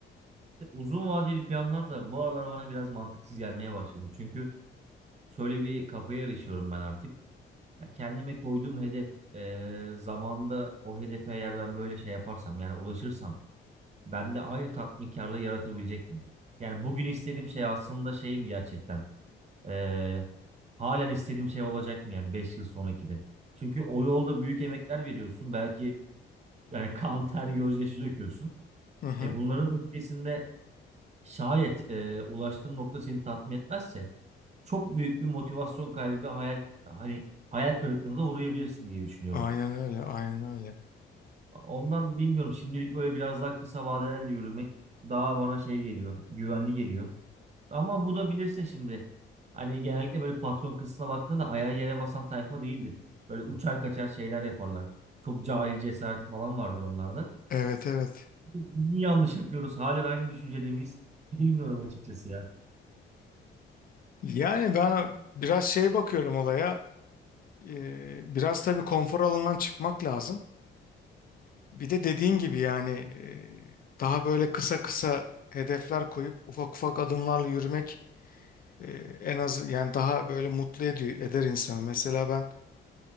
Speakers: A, on the right; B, on the left.
A: Uzun vadeli planlar da bu aralar bana biraz mantıksız gelmeye başladı. Çünkü şöyle bir kafaya erişiyorum ben artık. Ya Kendime koyduğum hedef, e, zamanda o hedefe eğer ben böyle şey yaparsam yani ulaşırsam bende aynı tatminkarlığı yaratabilecek mi? Yani bugün istediğim şey aslında şey mi gerçekten? Ee, halen istediğim şey olacak mı yani 5 yıl sonraki de? Çünkü o yolda büyük emekler veriyorsun. Belki yani <laughs> kan, ter, gözyaşı döküyorsun.
B: Hı hı.
A: E bunların ötesinde şayet e, ulaştığın nokta seni tatmin etmezse çok büyük bir motivasyon kaybı ve hayal hani hayal kırıklığına da uğrayabilirsin diye düşünüyorum.
B: Aynen öyle, aynen öyle.
A: Ondan bilmiyorum şimdilik böyle biraz daha kısa vadelerle yürümek daha bana şey geliyor, güvenli geliyor. Ama bu da bilirsin şimdi. Hani genellikle böyle patron kısmına baktığında da ayağı yere basan tayfa değildir. Böyle uçar kaçar şeyler yaparlar. Çok cahil cesareti falan vardır onlarda.
B: Evet, evet.
A: Biz mi yanlış yapıyoruz? Halen aynı düşüncede miyiz? <laughs> Bilmiyorum açıkçası ya.
B: Yani ben biraz şey bakıyorum olaya. Eee, biraz tabii konfor alanından çıkmak lazım. Bir de dediğin gibi yani e, daha böyle kısa kısa hedefler koyup ufak ufak adımlarla yürümek e, en az yani daha böyle mutlu ediyor, eder insanı. Mesela ben